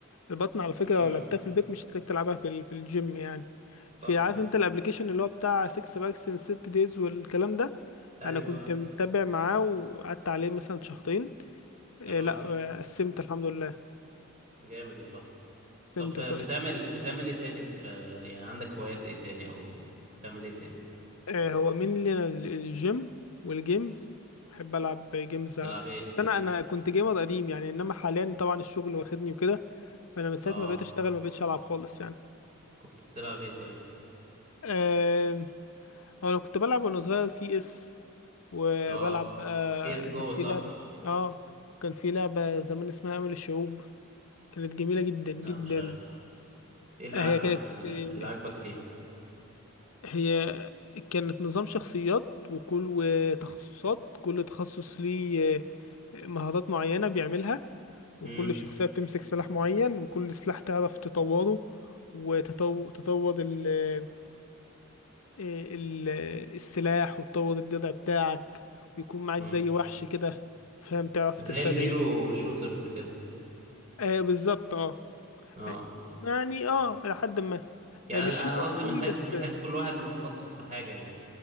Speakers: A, on the left; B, on the right.
A: البطن على فكره
B: امم
A: لو لعبتها في البيت مش هتلاقيك تلعبها في ال- في الجيم يعني
B: صح
A: في عارف
B: اه
A: انت الابلكيشن اللي هو بتاع 6 باكس ان 6 دايز والكلام ده
B: ايوه
A: انا كنت
B: آه،
A: متابع معاه وقعدت عليه مثلا شهرين آه،
B: حلو
A: لا آه، قسمت الحمد لله
B: جامد يا صاحبي
A: قسمت
B: طب بتعمل
A: كويس
B: بتعمل ايه تاني في يعني عندك هوايات ايه تاني او بتعمل ايه تاني
A: آه، هو مين الجيم والجيمز بحب العب جيمز
B: بتلعب ايه
A: بس انا انا كنت جيمر قديم يعني انما حاليا طبعا الشغل واخدني وكده فانا من ساعه
B: اه
A: ما بقيت اشتغل ما بقيتش العب خالص يعني
B: كنت بتلعب ايه طيب
A: آه، هو انا كنت بلعب وانا صغير سي اس وبلعب
B: اه
A: بقى
B: سي اس جو
A: كان في
B: صح
A: لعبه اه كان في لعبه زمان اسمها امل الشعوب كانت جميله جدا جدا
B: لا مش عارف ايه اللي
A: آه،
B: عاجبك
A: هي كانت
B: في ال-
A: آه،
B: اللي عاجبك فيها
A: هي كانت نظام شخصيات وكل وتخصصات كل تخصص ليه مهارات معينة بيعملها وكل
B: امم
A: شخصية بتمسك سلاح معين وكل سلاح تعرف تطوره وتطور تطور ال آه، ال السلاح وتطور الدرع بتاعك ويكون معاك
B: امم
A: زي وحش كده فاهم تعرف
B: زي
A: تستدعيه
B: الهيرو شوترز كده
A: آه بالظبط اه
B: اه
A: آه، يعني اه لحد ما
B: يعني
A: آه، مش
B: انا
A: شوتر
B: قصدي
A: قوي
B: بنحس
A: بس
B: بنحس كل واحد متخصص في حاجة يعني